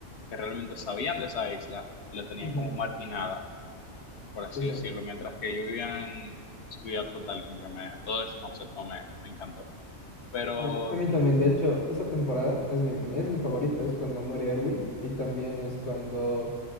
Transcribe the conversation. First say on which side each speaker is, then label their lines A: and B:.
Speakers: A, on the left; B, on the left.
A: que realmente sabían de esa isla y la tenían
B: Ujú,
A: como marginada, por
B: Sí,
A: así
B: sí.
A: decirlo, mientras que ellos vivían en... su vida total, como que me, todo ese concepto me, me encantó pero
B: A, a mí también, de hecho, esta temporada es, de, es mi favorita, es cuando muere Erwin y también es cuando